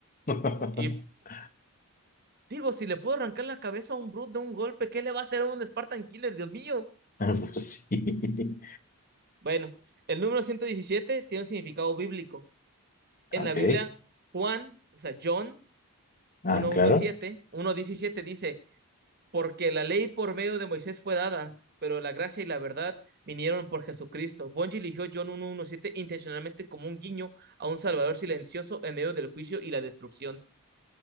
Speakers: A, on the left; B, on the right.
A: <laughs>
B: Y digo, si le puedo arrancar la cabeza a un Brute de un golpe, ¿qué le va a hacer a un Spartan Killer? Dios mío.
A: Pues Sí.
B: Bueno, el número 117 tiene un significado bíblico. En
A: Ok.
B: la Biblia, Juan, o sea, John
A: Ah,
B: uno
A: claro.
B: diecisiete, uno diecisiete dice, porque la ley por medio de Moisés fue dada, pero la gracia y la verdad vinieron por Jesucristo. Bungie eligió John 1.1.7 intencionalmente como un guiño a un Salvador silencioso en medio del juicio y la destrucción.